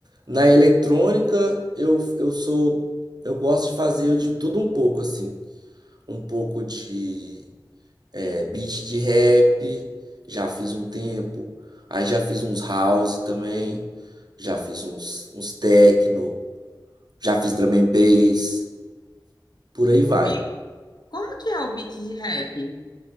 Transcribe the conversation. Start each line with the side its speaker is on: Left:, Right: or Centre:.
Right: na eletrônica eu, eu sou eu gosto de fazer de tudo um pouco assim, um pouco de é, beat de rap, já fiz um tempo, aí já fiz uns house também, já fiz uns uns techno, já fiz drum and bass, por aí vai.
Left: Bi- Como que é o beat de rap?